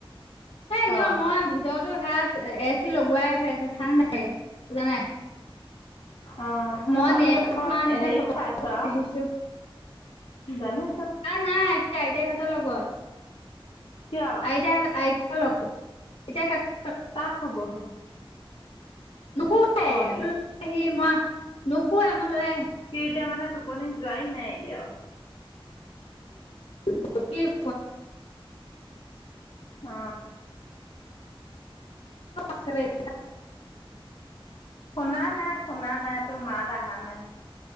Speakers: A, on the left (about 80°); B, on the left (about 60°).
A: এ এনেও
B: অ অ
A: মই। <unintelligible> এ চি লগোৱাই হৈ আছে ঠাণ্ডাই বুজা নাই।
B: অ,
A: মই
B: পোৱালিটোক
A: নেটৱৰ্কটোৰ
B: আকত
A: কাৰণেহে
B: হেৰিত
A: চতত
B: খাই আছো আও।
A: আহিছো
B: জানে।
A: আ নাই সেই আইতাইহঁতৰ লগত
B: কিয়
A: আইতা আই। <unintelligible> এতিয়া <unintelligible>
B: পব <unintelligible>
A: নুখোৱৱাই
B: সি
A: ল আহি মই নুখোৱাই মই লৈ আহি।
B: সি এতিয়া মানে টোপনি যোৱাই নাই এতিয়াও।
A: <unintelligible>
B: অ।
A: <unintelligible>
B: শুনা নাই, শুনা নাই, তোৰ মাত অহা নাই,